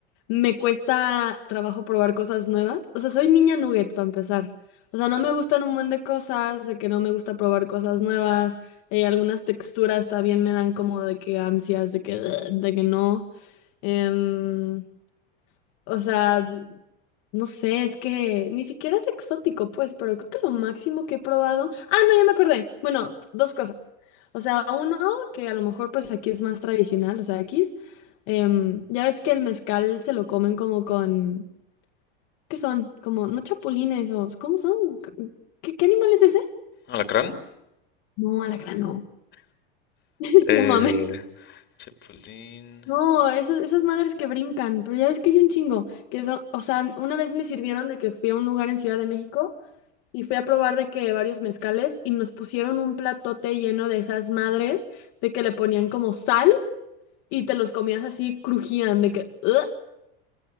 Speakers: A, on the left; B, on the left.
A: me cuesta trabajo probar cosas nuevas. O sea, soy niña nugget para empezar. O sea, no me gustan un buen de cosas, de que no me gusta probar cosas nuevas. eh, algunas texturas también me dan como de que ansias, de que, "Ugh", de que no. Em, o sea, No sé, es que ni siquiera es exótico, pues, pero creo que lo máximo que he probado. Ah, no, ya me acordé. Bueno, dos cosas. O sea, uno, que a lo mejor pues aquí es más tradicional, o sea, aquí es, em, ya ves que el mezcal se lo comen como con, ¿qué son? Como, no chapulines, o ¿cómo son? ¿Qué, qué animal es ese?
B: Alacrán.
A: No, alacrán, no. <laughs>
B: Eh,
A: No mames.
B: chapulín.
A: No, esas, esas madres que brincan, pero ya ves que hay un chingo, que eso, o sea, una vez me sirvieron de que fui a un lugar en Ciudad de México. y fui a probar de que varios mezcales y nos pusieron un platote lleno de esas madres de que le ponían como sal y te los comías así, crujían de que... "Ugh".